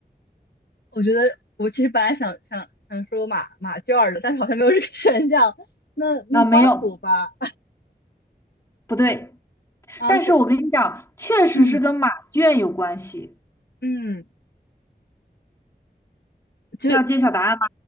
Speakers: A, on the left; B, on the left.
A: 我觉得我其实本来想想想说马马圈儿的，但是好像没有这个 <laughs> 选项。那那官府吧，
B: 啊、没有，不对。
A: 啊是，
B: 但是我跟你讲，确实是跟马圈有关系。
A: 嗯，嗯，就
B: 要揭晓答案吗？